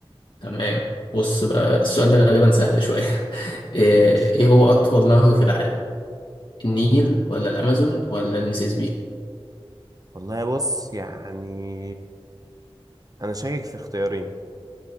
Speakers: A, on the left; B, on the right.
A: تمام بص بقى السؤال ده غالبا سهل شوية <laughs> إيه
B: ماشي
A: إيه هو أطول نهر في العالم النيل ولا الأمازون ولا المسيسيبي
B: والله بص يعني انا شاكك في اختيارين